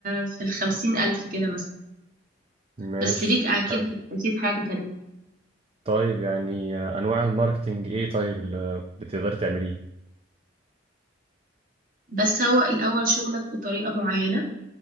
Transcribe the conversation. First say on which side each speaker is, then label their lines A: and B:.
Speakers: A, on the right; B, on the right.
A: في الخمسين الف كده مثلا
B: ماشي
A: بس ليك اكيد
B: حلو
A: اكيد حاجه تانية
B: طيب يعني آه، انواع الماركتينج ايه طيب اللي بتقدري تعمليه
A: بسوق الاول شغلك بطريقه معينه